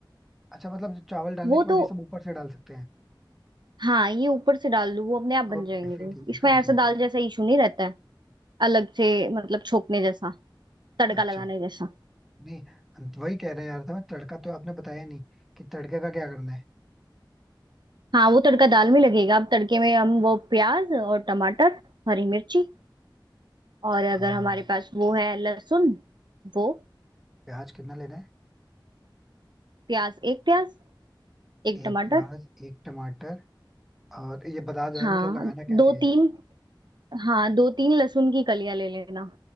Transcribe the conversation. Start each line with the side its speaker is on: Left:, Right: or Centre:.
Centre: अच्छा मतलब जो चावल डालने
Right: वो
Centre: के बाद
Right: तो
Centre: ये सब ऊपर से डाल सकते हैं
Right: हाँ ये ऊपर से डाल दो वो अपने आप बन
Centre: ओके
Right: जाएंगे
Centre: फिर ठीक है
Right: इसमें
Centre: फिर
Right: ऐसा
Centre: ठीक
Right: दाल
Centre: है
Right: जैसा इशू नहीं रहता है अलग से मतलब छोकने जैसा तड़का
Centre: अच्छा
Right: लगाने जैसा
Centre: नहीं वही कह रहे हैं यार था मैं तड़का तो आपने बताया नहीं कि तड़के का क्या करना है
Right: हाँ वो तड़का दाल में लगेगा अब तड़के में हम वो प्याज और टमाटर हरी मिर्ची और अगर
Centre: हाँ,
Right: हमारे पास वो है लहसुन वो
Centre: प्याज कितना लेना है
Right: प्याज एक प्याज एक टमाटर
Centre: एक प्याज एक टमाटर और ये बता दो यार
Right: हाँ
Centre: मतलब लगाना कैसे
Right: दो
Centre: है
Right: तीन हाँ दो तीन लहसुन की कलियां ले लेना